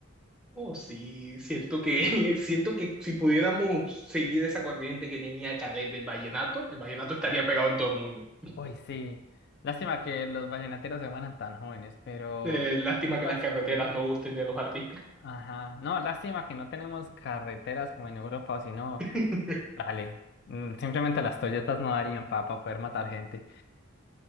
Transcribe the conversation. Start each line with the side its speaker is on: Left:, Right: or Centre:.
Centre: Oh, sí, siento que, <laughs> siento que si pudiéramos seguir esa corriente que tenía Calet del vallenato, el vallenato estaría pegado en todo el mundo.
Left: uy, sí. Lástima que los vallenateros se mueran tan jóvenes, pero.
Centre: Eh, lástima que
Left: Parce,
Centre: las carreteras no gusten de los artistas.
Left: Ajá. No, lástima que no tenemos carreteras como en Europa, o si no,
Centre: <laughs>
Left: dale. mm, Simplemente las Toyotas no darían para poder matar gente.